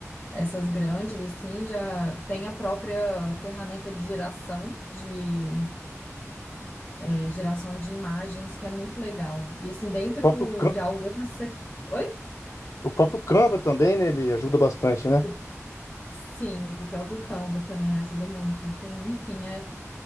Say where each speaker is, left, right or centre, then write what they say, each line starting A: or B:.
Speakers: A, on the left (about 30°); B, on the left (about 65°).
A: essas grandes, assim, já tem a própria ferramenta de geração, de eh, geração de imagens, que é muito legal. E, assim, dentro
B: o próprio, Can-
A: de algumas... você- Oi?
B: o próprio Canva também, né? Ele ajuda bastante, né?
A: O- Sim, o próprio Canva também ajuda muito. Tem, enfim, é,